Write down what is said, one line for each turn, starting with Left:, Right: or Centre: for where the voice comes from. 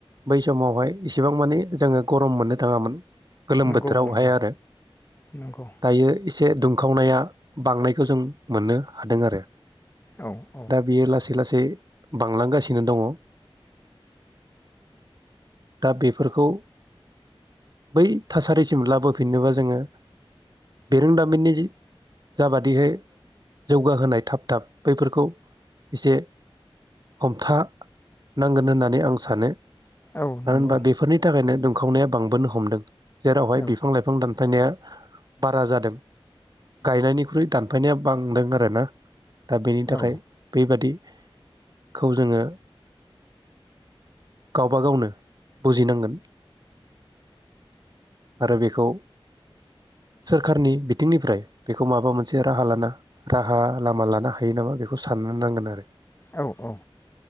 Right: बै समावहाय इसिबां मानि जोंङो गरम मोननो थाङामोन। गोलोम
Left: नंगौ
Right: बोथोरावहाय
Left: नंगौ
Right: आरो
Left: नंगौ
Right: दायो एसे द खावनाया बांनायखौ जों मोननो हादों आरो।
Left: औ औ
Right: दा बियो लासै लासै बांलांगासिनो दङ। दा बेफोरखौ बै थासारिसिम लाबोफिननोबा जोङो बिरोंदामिननि जि जाबादिहै जौगाहोनाय थाब थाब बैफोरखौ एसे हमथानांगोन होननानै आं सानो। मानो
Left: औ नंगौ
Right: होनबा बेफोरनि थाखायनो दं। खावनाया बांबोनो हमदों। जेरावहाय
Left: औ
Right: बिफां लाइफां दान फायनाया बारा जादों। गायनायनिख्रुइ दानफायनाया बांदों आरोना। दा बेनि थाखाय
Left: औ
Right: बेबादि खौ जोङो गावबा गावनो बुजिनांगोन आरो बेखौ सोरखारनि बिथिंनिफ्राय। बेखौ माबा मोनसे राहा लाना राहा लामा लानो हायो नामा बेखौ साननो नांगोन आरो।
Left: औ औ